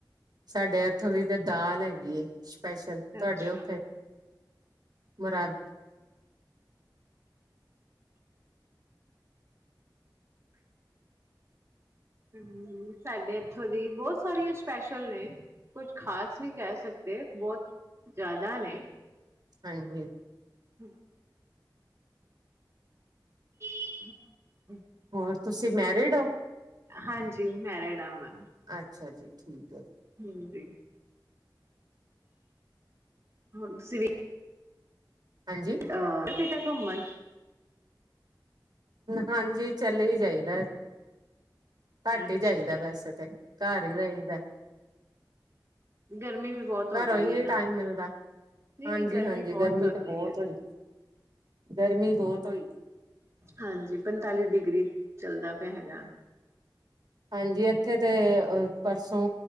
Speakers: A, on the right; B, on the right.
A: ਸਾਡੇ ਇੱਥੋਂ ਦੀ ਤੇ ਦਾਲ ਹੈਗੀ ਏ। ਸਪੈਸ਼ਲ ਤੁਹਾਡੇ
B: ਅੱਛਾ
A: ਉੱਥੇ ਮੁਰਾਦ
B: ਹੂੰ, ਸਾਡੇ ਇੱਥੋਂ ਦੀ ਬਹੁਤ ਸਾਰੀਆਂ ਸਪੈਸ਼ਲ ਨੇ ਕੁੱਝ ਖ਼ਾਸ ਨਹੀਂ ਕਹਿ ਸਕਦੇ, ਬਹੁਤ ਜ਼ਿਆਦਾ ਨੇ।
A: ਹਾਂਜੀ।
B: ਹੂੰ <unintelligible>
A: ਹੋਰ ਤੁਸੀਂ ਮੈਰਿਡ ਹੋ?
B: ਹਾਂਜੀ ਮੈਰਿਡ ਆਂ ਮੈਂ।
A: ਅੱਛਾ ਜੀ ਠੀਕ ਐ।
B: ਹਾਂਜੀ ਹੋਰ ਤੁਸੀਂ ਵੀ
A: ਹਾਂਜੀ
B: ਅਹ <unintelligible> ਘੁੰਮਨ
A: ਹਾਂਜੀ, ਚੱਲੇ ਹੀ ਜਾਇਦਾ ਐ। ਘੱਟ
B: ਅੱਛਾ
A: ਹੀ ਜਾਈਦਾ ਵੈਸੇ ਤੈ ਘਰ ਈ ਰਹੀਦਾ।
B: ਗਰਮੀ ਵੀ ਬਹੁਤ ਹੋ
A: ਘਰੋਂ
B: ਗਈ
A: ਹੀ ਨਹੀਂ
B: ਹੈ ਨਾ
A: ਟਾਈਮ ਮਿਲਦਾ,
B: ਨਹੀਂ
A: ਹਾਂਜੀ-ਹਾਂਜੀ
B: ਨਹੀਂ ਬਹੁਤ
A: ਗਰਮੀ
B: ਹੋ
A: ਤੇ
B: ਗਈ
A: ਬਹੋਤ
B: ਹੈ
A: ਹੋਈ, ਗਰਮੀ ਬਹੋਤ ਹੋਈ ਦੀ।
B: ਹਾਂਜੀ ਪੰਤਾਲੀ ਡਿਗਰੀ ਚੱਲਦਾ ਪਿਆ ਹੈਗਾ।
A: ਹਾਂਜੀ ਇੱਥੇ ਤੇ ਅ ਪਰਸੋਂ